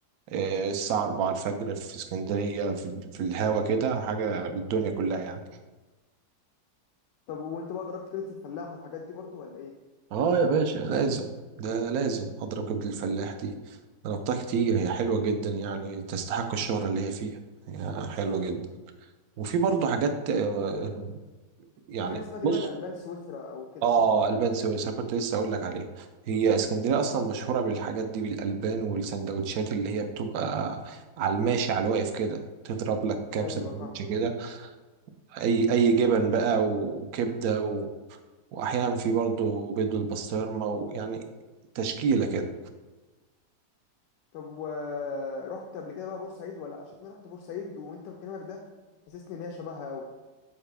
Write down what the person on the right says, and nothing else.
آه، الساعة 4 الفجر في اسكندرية في, في الهوا كده حاجة بالدنيا كلها يعني
اه يا باشا لازم ده لازم أضرب كبد الفلاح دي ضربتها كتير هي حلوة جدا يعني تستحق الشهرة اللي هي فيها هي حلوة جدا وفي برضه حاجات آه،
يعني
بص
اه
البان سويسرا كنت لسه اقول لك عليها هي اسكندريه اصلا مشهوره بالحاجات دي بالالبان والسندوتشات اللي هي بتبقى على الماشي على الواقف كده تضرب لك كام
سندوتش
كده اي اي جبن بقى وكبده و... واحيانا في برضه بيض بالبسطرمه ويعني تشكيله كده